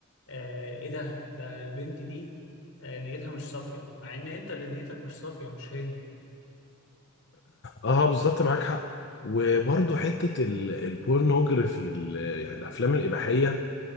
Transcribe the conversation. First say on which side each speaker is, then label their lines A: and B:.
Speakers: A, on the left (about 80°); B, on the left (about 60°).
A: آه ايه ده ده البنت دي آه نيتها مش صافية مع ان انت اللي نيتك مش صافية مش هي
B: اه بالظبط معاك حق وبرضه حتة ال- البورنوجرافي ال- يعني الافلام الاباحية